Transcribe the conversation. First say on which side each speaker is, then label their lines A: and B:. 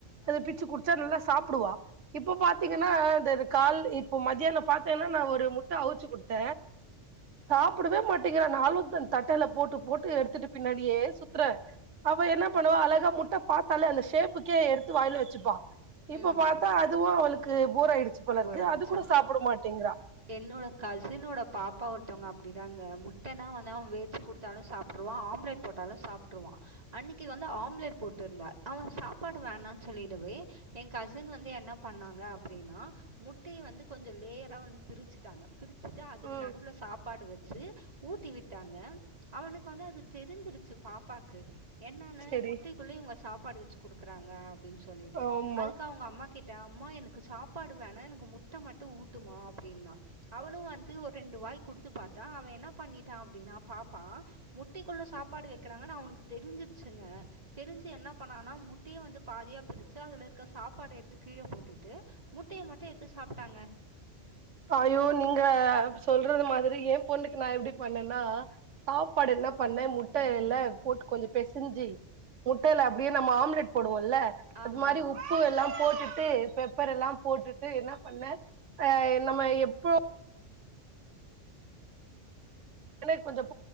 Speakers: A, on the right; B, on the right.
A: ஆ
B: அது பிச்சு குடுத்து உச்சா நல்லா சாப்டுவா இப்ப பாத்தீங்கன்னா இந்த கால் இப்ப மத்தியான பாத்தேன்னா நா ஒரு முட்ட அவிச்சு கொடுத்த சாப்டவே மாட்டங்கிறா நாலும் த தட்டயில போட்டு போட்டு எடுத்துட்டு பின்னாடியே சுத்துற அவ என்ன பண்ணுவா அழகா முட்ட பாத்தாலே அந்த ஷேப்புக்கே எடுத்து வாயுல வச்சுப்பா இப்ப
A: ம்
B: பாத்தா அதுவு அவளுக்கு போர் ஆய்டுச்சு போல இருக்கு
A: போர் அடிச்சு
B: அது கூட சாப்ட மாட்டங்கிறா
A: என்னோட கசினோட பாப்பா ஒருத்தவங்க அப்டிதாங்க முட்டனா வந்து அவ வெச் கொடுத்தாலு சாப்டுருவா ஆம்லட் போட்டாலு சாப்டுருவா அன்னிக்கு வந்து ஆம்லெட் போட்டுருந்தா அவ சாப்பாடு வேணாம்னு சொல்லிடவே எய கசின் வந்து என்ன பண்ணாங்க அப்டின்னா முட்டய வந்து கொஞ்சோ லேயரா வந்து பிரிச்சுட்டாங்க பிரிச்சுட்டு அதுக்கு
B: ம்
A: நடுவுல சாப்பாடு வச்சு ஊட்டி விட்டாங்க அவனுக்கு வந்து அது தெரிஞ்சிருச்சு பாப்பாக்கு என்னன்னு
B: செரி
A: முட்டக்குள்ள இவங்க சாப்பாடு வச்சு கொடுக்குறாங்க அப்டின்னு சொல்லிட்டு
B: ஆமா
A: அதுக்கு அவங்க அம்மா கிட்ட அம்மா எனக்கு சாப்ட சப்பாடுவோனா எனக்கு முட்ட மட்டும் ஊட்டுமா அப்டின்னா அவளு வந்து ஒரு ரெண்டு வாய் கொடுத்து பாத்தா அவ என்ன பண்ணிட்டா அப்டின்னா பாப்பா முட்டக்குள்ள சாப்பாடு வக்கிறாங்கன்னு அவனுக்கு தெரிஞ்சிருச்சுங்க தெரிஞ்சு என்ன பண்ணனா முட்டிய வந்து பாதியா பிரிச்சு அதுல இருக்க சாப்பாடு எடுத்து கீழ போட்டுட்டு முட்டய மட்டும் எடுத்து சாப்புட்டாங்க
B: அயோ நீங்க சொல்றது மாரி எய பொண்ணு நா எப்டி பண்ணேன்னா சாப்பாடு என்ன பண்ணே முட்டல்ல போட்டு கொஞ்ச பேச ஞ்சு முட்டயில நம்ம ஆம்லெட் போடுவோம்ல்ல அது
A: ஆமாம்
B: மாதிரி உப்பு எல்லா போட்டுட்டு பெப்பர் எல்லா போட்டுட்டு என்ன பண்ண அ நம்ம எப்ப எனக்கு கொஞ்சம்்